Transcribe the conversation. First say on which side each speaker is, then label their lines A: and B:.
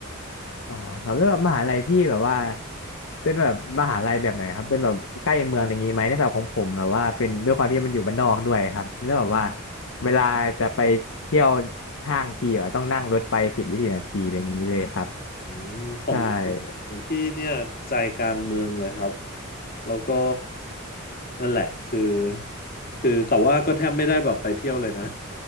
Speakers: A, on the left; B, on the left.
A: อ๋อครับแล้วแบบมหาลัยพี่แบบว่าเป็นแบบมหาลัยแบบไหนครับเป็นแบบใกล้เมืองอะไรอย่างงี้ไหมในแบบของผมแบบว่าเป็นด้วยความที่มันอยู่บ้านนอกด้วยครับแล้วแบบว่าเวลาจะไปเที่ยวห้างทีอะต้องนั่งรถไปสิบยี่สิบนาทีอะไรอย่างนี้เลยครับ
B: อืมของ
A: ใช่
B: ของพี่เนี่ยใจกลางเมืองเลยครับแล้วก็นั่นแหละคือคือแต่ว่าก็แทบไม่ได้แบบไปเที่ยวเลยนะ